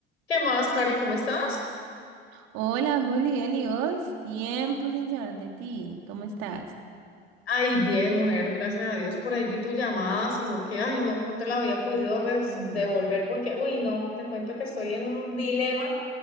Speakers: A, on the left; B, on the right.
A: ¿Qué más, Karen? ¿Cómo estás?
B: Hola, Juli, bien, ¿y vos? Tiempo sin saber de ti. ¿Cómo estás?
A: Ay, bien, mujer, gracias a Dios. Por ahí vi tu llamada, sino que, ay, no, no te la había podido
B: Bien.
A: res- devolver porque, uy, no, te cuento que estoy en un dilema.